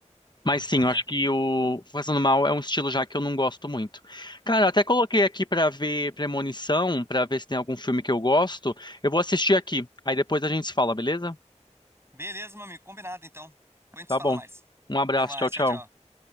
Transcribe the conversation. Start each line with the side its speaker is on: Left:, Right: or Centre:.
Left: Mas sim,
Right: aham.
Left: eu acho que o Fazendo Mal é um estilo já que eu não gosto muito. Cara, eu até coloquei aqui pra ver Premonição, pra ver se tem algum filme que eu gosto. Eu vou assistir aqui, aí depois a gente se fala, beleza?
Right: Beleza, meu amigo, combinado então. Depois a gente
Left: Tá
Right: se fala
Left: bom.
Right: mais.
Left: Um abraço,
Right: Até mais,
Left: tchau, tchau.
Right: tchau, tchau.